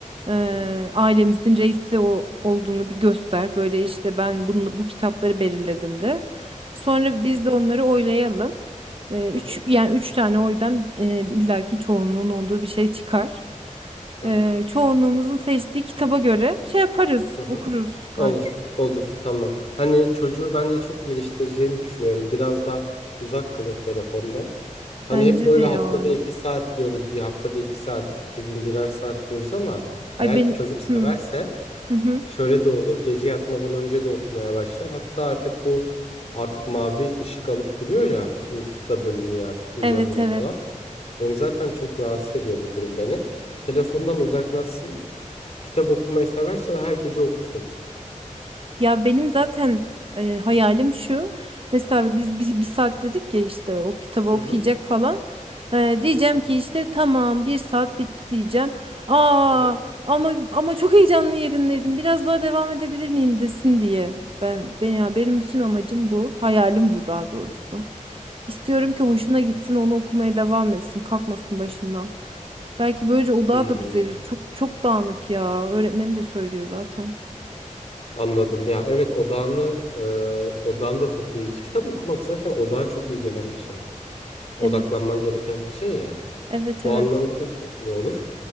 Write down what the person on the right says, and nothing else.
Ee,
ailemizin reisi o olduğunu bir göster. Böyle işte ben bunu, bu kitapları belirledim de. Sonra biz de onları oylayalım. Ee, üç,
yani üç tane oydan e, illaki çoğunluğun olduğu bir şey çıkar.
Ee,
çoğunluğumuzun seçtiği kitaba göre şey yaparız,
okuruz artık.
Bence
de
ya.
Ay ben...
Hı, hı hı.
Evet evet.
Ya benim zaten e, hayalim şu. Mesela biz bir, bir saat dedik ya işte o kitabı okuyacak
falan. E,
diyeceğim
ki işte tamam bir saat bitti diyeceğim. Aa
ama ama çok heyecanlı yerindeydim. Biraz daha devam edebilir miyim desin diye. Ben, ben ya benim bütün amacım bu. Hayalim bu daha doğrusu.
İstiyorum
ki hoşuna gitsin, onu okumaya devam etsin, kalkmasın başından. Belki böylece odağı
da düzelir. Çok çok dağınık ya. Öğretmen de söylüyor zaten.
Evet,
evet,
evet.